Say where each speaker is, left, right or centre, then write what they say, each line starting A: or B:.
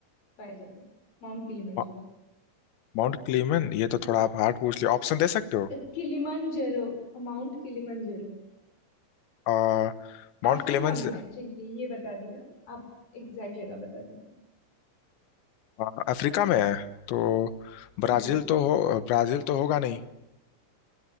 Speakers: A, on the left (about 45°); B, on the left (about 70°).
A: पाया जाता है माउंट किलिमंजारो
B: मा- माउंट क्लेमन ये तो थोड़ा आप हार्ड पूछ लिया ऑप्शन दे सकते हो
A: अ, किलिमंजारो माउंट किलिमंजारो
B: अ, माउंट
A: अफ्रीका
B: क्लेमन
A: में
B: ज-
A: है चलिए ये बता दिया आप एग्जैक्ट जगह बता दीजिए
B: अ, अफ्रीका में है तो ब्राजील
A: जी
B: तो हो ब्राजील तो होगा नहीं